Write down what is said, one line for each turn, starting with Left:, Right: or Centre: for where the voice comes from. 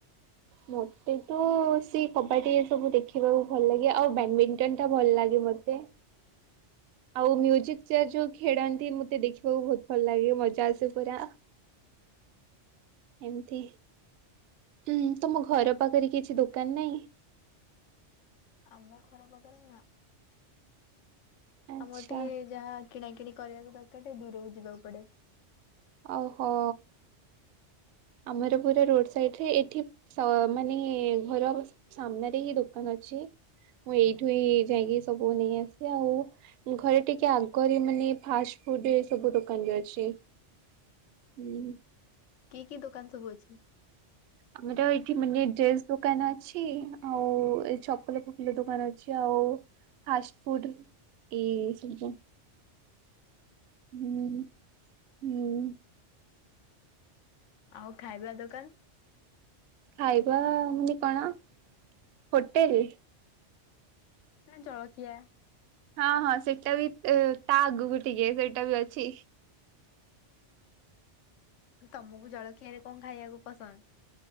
Right: ମୋତେ ତ ସେ କବାଡି଼ ସବୁ ଦେଖିବାକୁ ଭଲ ଲାଗେ, ଆଉ ବ୍ୟାଡମିଣ୍ଟନ ଟା ଭଲ ଲାଗେ ମୋତେ। ଆଉ ମ୍ୟୁଜିକ୍ ଚେୟାର ଯୋଉ ଖେଳନ୍ତି ମୋତେ ଦେଖିବାକୁ ବହୁତ ଭଲ ଲାଗେ, ମଜା ଆସେ ପୁରା। ଏମତି, ହୁଁ, ତୋମ ଘର ପାଖରେ କିଛି ଦୋକାନ ନାହିଁ?
Left: ଆମ ଘର ପାଖରେ ନା।
Right: ଆଚ୍ଛା
Left: ଆମର ଟିକେ ଯାହା କିଣା କିିଣି କରିବାକୁ ଦରକାର ଟିକେ ଦୂରକୁ ଯିବାକୁ ପଡ଼େ।
Right: ଆଉ ହଁ। ଆମର ପୁରା ରୋଡ଼ ସାଇଟରେ ଏଠି ସ ମାନେ ଘର। ସାମ୍ନାରେ ହିଁ ଦୋକାନ ଅଛି ମୁଁ ଏଇଠୁ ଏଇ ଯାଇକି ସବୁ ନେଇ ଆସେ ଆଉ। ଘରେ ଟିକେ ଆଗରେ ମାନେ ଫାଷ୍ଟ ଫୁଡ୍ ରେ ସବୁ ଦୋକାନରେ ଅଛି। ହୁଁ।
Left: କି କି ଦୋକାନ ସବୁ ଅଛି।
Right: ଆମର ଏଇଠି ମାନେ ଡ୍ରେସ୍ ଦୋକାନ ଅଛି ଆଉ ଏ ଚପଲ ଫପଲ ଦୋକାନ ଅଛି ଆଉ। ଫାଷ୍ଟ ଫୁଡ୍ ଏଇ ସବୁ। ହୁଁ ହୁଁ।
Left: ଆଉ ଖାଇବା ଦୋକାନ।
Right: ଖାଇବା ମାନେ କଣ ହୋଟେଲ।
Left: ନା ଜଳକିଆ।
Right: ହଁ ହଁ ସେଇଟା ବି ଇ ତା ଆଗକୁ ଟିକେ ସେଇଟା ବି ଅଛି।
Left: ତମକୁ ଜଳଖିଆରେ କଣ ଖାଇବାକୁ ପସନ୍ଦ।